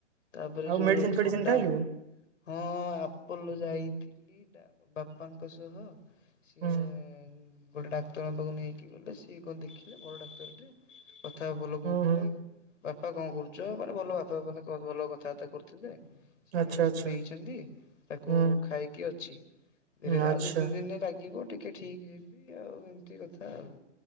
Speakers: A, on the left (about 75°); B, on the right (about 55°).
A: ତାପରେ
B: ଆଉ
A: ଯୋଉ
B: ମେଡ଼ିସିନ୍
A: ଏ
B: ଫେଡିସିନ୍
A: ଥଣ୍ଡା
B: ଖାଇଲୁ?
A: ହଁ ଆପଲ ଯାଇଥିଲି ଡ଼ା ବାପାଙ୍କ ସହ ସିଏ
B: ହୁଁ
A: ଗୋଟେ ଡାକ୍ତରଙ୍କ ପାଖକୁ ନେଇକି ଗଲେ ସିଏ କଣ ଦେଖିଲେ ବଡ଼ ଡାକ୍ତରଟେ। କଥା ଭଲ
B: ହୁଁ
A: କହୁଥିଲେ
B: ହୁଁ
A: ବାପା କଣ କରୁଛ ମାନେ ଭଲ ବାପା ମାନେ ଭଲ କଥାବାର୍ତ୍ତା କରୁଥିଲେ ସେ
B: ଆଚ୍ଛା
A: ମେଡ଼ିସିନ୍
B: ଆଚ୍ଛା
A: ଦେଇଛନ୍ତି ତାକୁ
B: ହୁଁ
A: ଖାଇକି ଅଛି ଧୀରେ
B: ହୁଁ ଆଚ୍ଛା
A: ଆଉ ଦି ତିନି ଦିନ ଲାଗିବ ଟି ଟିକେ ଠିକ୍ ହେବି ଆଉ ଏମିତି କଥା ଆଉ।